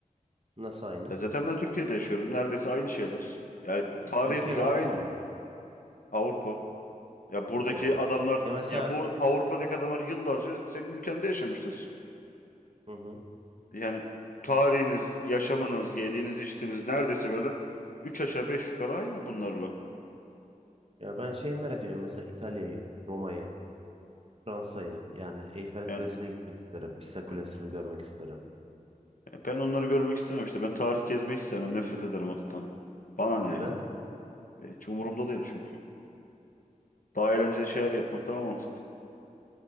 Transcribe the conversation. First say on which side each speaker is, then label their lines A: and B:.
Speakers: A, on the right (about 40°); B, on the left (about 70°).
A: Nasıl aynı?
B: Ya zaten ben Türkiye'de yaşıyorum. Neredeyse aynı şeyler. Yani
A: Hmm,
B: tarih
A: Türkiye
B: bile
A: Avrupa
B: aynı.
A: mı?
B: Avrupa. Ya buradaki
A: Yo.
B: adamlar
A: Ya mesela
B: ya bu Avrupa'daki adamlar yıllarca senin ülkende yaşamıştır.
A: hı hı.
B: Yani tarihiniz, yaşamınız, yediğiniz, içtiğiniz neredeyse böyle üç aşağı beş yukarı aynı bunlarla.
A: Ya ben şeyi merak ediyorum mesela İtalya'yı, Roma'yı, Fransa'yı yani Eyfel Kulesi'ne
B: Yani
A: gitmek isterim, Pisa Kulesi'ni
B: e,
A: görmek isterim.
B: e, ben onları görmek istemem işte. Ben tarih gezmeyi hiç sevmem. Nefret ederim o tane. Bana ne
A: Neden?
B: yani? E, Hiç umurumda değil çünkü. Daha eğlenceli şeyler yapmak daha mantıklı.